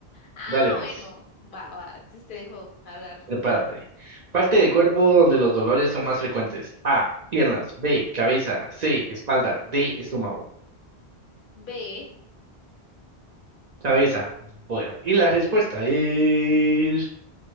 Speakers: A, on the left; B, on the right.
A: Ah,
B: Dale, pues.
A: bueno, va, va, entonces te dejo hablar.
B: Prepárate. Parte del cuerpo donde los dolores son más frecuentes. A, piernas. B, cabeza. C, espalda. D, estómago.
A: B.
B: Cabeza. Bueno, y la respuesta es...